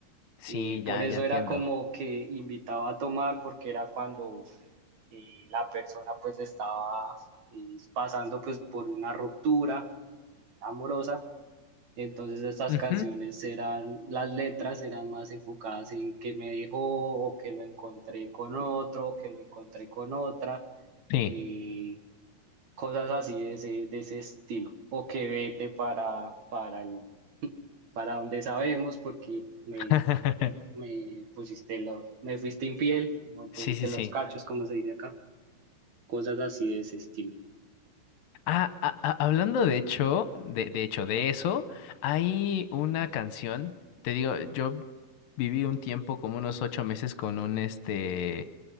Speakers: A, on the left (about 75°); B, on the right (about 55°).
A: Sí,
B: Y por
A: ya,
B: eso
A: ya entiendo.
B: era como que invitaba a tomar, porque era cuando eh, la persona pues estaba eh, pasando pues por una ruptura amorosa. Entonces estas
A: Ujú.
B: canciones eran, las letras eran más enfocadas en que me dejó o que lo encontré con otro, o que lo encontré con otra,
A: Sí.
B: eh, cosas así de ese, de ese estilo, o que vete para, para el, para donde sabemos, porque me,
A: <laughs>
B: me pusiste los, me fuiste infiel, me pusiste
A: Sí, sí, sí.
B: los cachos, como se dice acá, cosas así de ese estilo.
A: Ah, ah, ah, hablando de hecho, de, de hecho, de eso, hay una canción, te digo, yo viví un tiempo, como unos ocho meses, con un este,